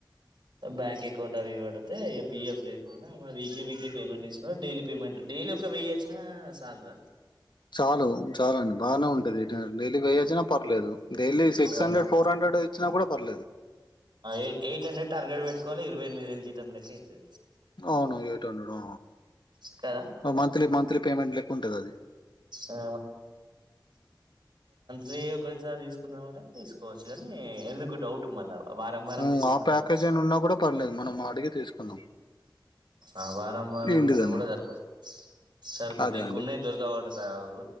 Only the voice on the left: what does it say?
చాలు చాల అండి బాగానే ఉంటది డైలీ వేయొచ్చినా పర్లేదు daily six
hundred four hundred ఇచ్చినా కూడా పర్లేదు
అవును ఎయిట్ హండ్రెడు
మంత్లీ మంత్లీ పేమెంట్ లెక్కుంటది అది
హ్మ్.
ఆ ప్యాకేజ్
అని ఉన్నా కూడా పర్లేదు. మనం అడిగి తీసుకుందాం.
ఏంటిదని
అదే
అండి.